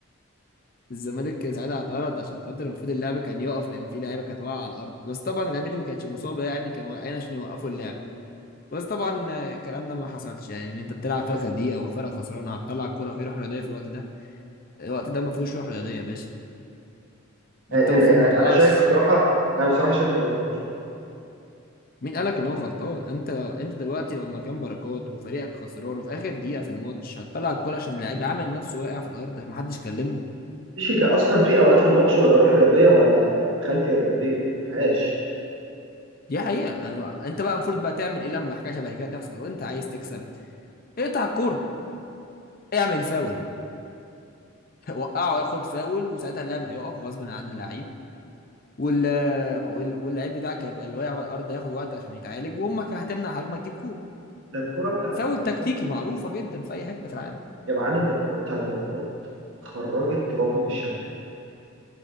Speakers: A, on the left (about 40°); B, on the right (about 60°).
A: الزمالك ساعتها اعترض عشان خاطر المفروض اللعب كان يقف لان في لعيبه كانت واقعه على الارض بس طبعا اللعيبه دي ما كانتش مصابه يعني كانوا واقعين عشان يوقفوا اللعب بس طبعا الكلام ده ما حصلش يعني ان انت بتلعب فرقه دي او فرقه خسرانه هتطلع الكوره فيه روح رياضيه في الوقت ده الوقت ده ما فيهوش روح رياضيه يا باشا
B: يعني
A: انت
B: أنت-
A: المفروض
B: يعني
A: ما تقعش
B: انا شايف بصراحه انا بصراحه شايف ان بركات مش غلطان
A: مين قالك ان هو غلطان انت لو انت دلوقتي لو مكان بركات وفريقك خسران وفي اخر دقيقه في الماتش هتطلع الكوره عشان اللعيب عامل نفسه واقع في الارض محدش كلمه
B: مفيش كا- اصلا في اوقات في الماتش ولا روح رياضيه ولا خالتي رياضيه ما فيهاش
A: دي حقيقه أنا ما... انت بقى المفروض بقى تعمل ايه لما حاجه شبه كده تحصل لو انت عايز تكسب اقطع الكوره اعمل فاول <laughs> وقعه ياخد فاول وساعتها اللعب هيقف غصب عن اللعيب وال وال- واللعيب بتاعك هيبقى اللي واقع على الارض هياخد وقت عشان يتعالج وامك هتمنع هجمه تجيب جول
B: ده الكره بتاعت
A: فاول
B: بركات
A: تكتيكي معروفه جدا في اي حته في العالم
B: يا معلم ده الكره بتاعت بركات خرجت تراب من الشبكه